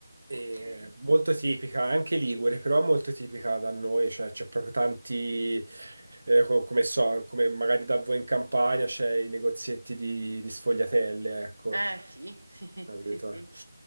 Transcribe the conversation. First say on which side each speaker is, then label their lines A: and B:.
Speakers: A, on the right; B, on the right.
A: E
B: Okay.
A: molto tipica, anche Ligure, però molto tipica da noi, cioè c'è proprio tanti, eh, co- come so, come magari da voi in Campania c'è i negozietti di, di sfogliatelle, ecco,
B: Eh sì, sì,
A: capito?
B: <laughs> sì, sì.